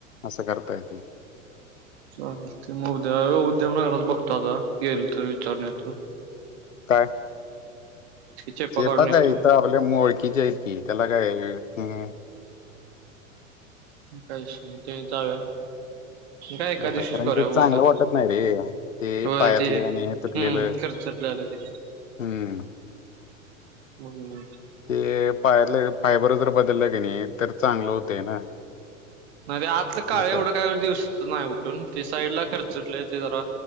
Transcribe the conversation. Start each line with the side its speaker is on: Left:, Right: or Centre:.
Left: असं करताय ते
Right: चा ते मग उद्या उद्यमनगरात बघतो आता गेल तर विचारणे त
Left: काय
Right: चेप्पा
Left: चेपा
Right: काढून येतो.
Left: काय इथ आपल्या मोळकीच्या आहे ती त्याला काय हा
Right: कैश ते जाव्या काय एकादवशीच
Left: असं आहे. कारण
Right: कराल
Left: की ते चांगलं
Right: का
Left: वाटत नाही रे
Right: हो
Left: पायातलं
Right: ते
Left: आणि हे तुटलेलं
Right: हम्म खर्चटलेलं ते
Left: हम्म
Right: हम्
Left: ते पायर फायबर जर बदलला की नाही तर चांगलं होतय ना
Right: नाही ते आतलं काळ
Left: असं
Right: एवढं
Left: आहे.
Right: काही दिवसत नाही उठून ते साईड ला खर्च सटले त तर